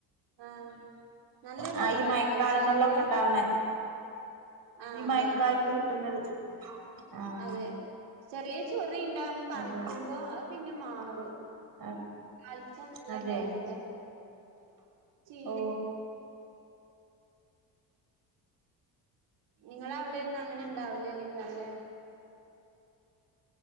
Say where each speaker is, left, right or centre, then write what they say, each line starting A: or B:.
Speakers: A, on the right; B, on the right.
A: ആഹ നല്ല
B: ആ
A: രസ
B: ഈ മയക്കാലങ്ങളിലൊക്കെ
A: താളിച്ചാലൊക്കെ
B: ഉണ്ടാവണേ
A: ആഹ്
B: ഈ
A: അതെ
B: മഴക്കാലത്ത്
A: അതെ
B: കിട്ടുന്നത്. ആഹ്
A: അതെ ചെറിയ ചൊറിിയുണ്ട നമ്മൾ പറിക്കുമ്പോ,
B: അതെ
A: അത് പിന്നെ മാറും.
B: അ
A: ിച്ച നല്ല
B: അതെ
A: ടേസ്റ്റ് ചീര
B: ഓ
A: നിങ്ങ അവിടെൊന്നും അങ്ങനെ ഉണ്ടാവലല്ലേക്കാല്ലെ..